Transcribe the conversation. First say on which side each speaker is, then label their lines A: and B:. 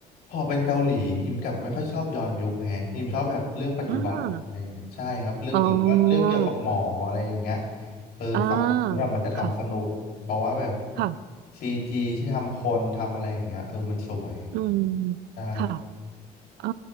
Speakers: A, on the left; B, on the right.
A: พอเป็นเกาหลีฮิมกลับไม่ค่อยชอบย้อนยุคแฮะฮิมชอบแบบเรื่องปัจจุบันอะไรอย่างเงี้ยใช่ครับเรื่องหรือว่าเรื่องเกี่ยวกับหมออะไรอย่างเงี้ย
B: อ่าอ๋อ
A: เออฟังแล้วแบบมันจะทำสนุกเพราะว่าแบบ
B: อ่าค่ะ ค่ะ
A: ซีจีที่ทำคนทำอะไรอย่างเงี้ยเออมันสวย
B: อืม
A: ใช่
B: ค่ะ เออ